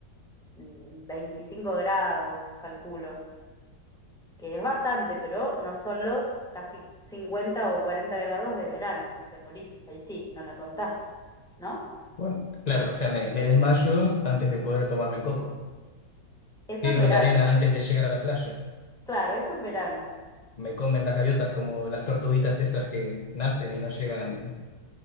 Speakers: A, in the centre; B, on the left.
A: mm, 25 grados, calculo, que es bastante, pero no son los casi 50 o 40 grados de verano, te morís, ahí sí, no la contás, ¿no?
B: Bueno, claro, o sea, me, me desmayo antes de poder tomarme el coco.
A: Eso
B: Quedo
A: en verano,
B: en la arena antes de llegar a la playa.
A: claro, eso en verano.
B: Me comen las gaviotas como las tortuguitas esas que nacen y no llegan